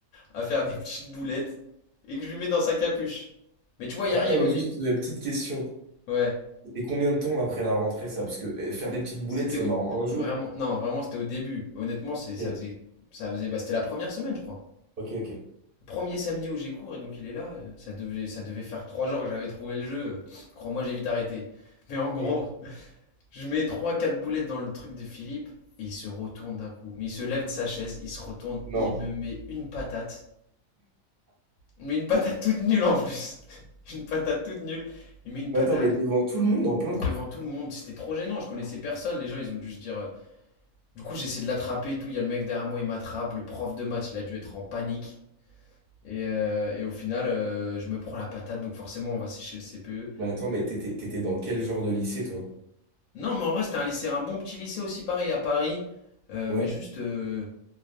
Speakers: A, on the left; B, on the right.
A: à faire des petites boulettes et que je lui mets dans sa capuche. Mais tu vois, il
B: Attends,
A: y a rien
B: mais
A: au début.
B: juste une petite question.
A: Ouais.
B: Et combien de temps après la rentrée, ça? Parce que euh, faire des petites boulettes,
A: C'était
B: c'est
A: au...
B: marrant. Un
A: vraiment,
B: jour.
A: non, vraiment, c'était au début. Honnêtement, c'est,
B: Ok,
A: ça faisait, ça faisait, bah, c'était la première semaine, je crois.
B: ok, ok.
A: Le premier samedi où j'ai cours, et donc il est là. euh, Ça devait, ça devait faire trois jours que j'avais trouvé le jeu. euh, Crois-moi, j'ai vite arrêté. Mais en gros,
B: Ouais.
A: je mets trois, quatre boulettes dans le truc de Philippe, et il se retourne d'un coup. Mais il se lève de sa chaise, il se retourne,
B: Non.
A: il me met une patate. Mais une patate toute nulle en plus. <laughs> Une patate toute nulle. Il met une
B: Mais
A: patate
B: attends, mais devant tout le monde en plein cours.
A: devant tout le monde. C'était trop gênant, je connaissais personne. Les gens, ils ont dû se dire, euh, Du coup, j'essaie de l'attraper et tout. Il y a le mec derrière moi, il m'attrape. Le prof de maths, il a dû être en panique. Et, euh, et au final, euh, je me prends la patate, donc forcément, on va sécher le CPE.
B: Mais attends, mais t'étais, t'étais dans quel genre de lycée, toi?
A: Non, mais en vrai, c'était un lycée, un bon petit lycée aussi, pareil, à Paris. Euh,
B: Ouais.
A: mais juste, euh,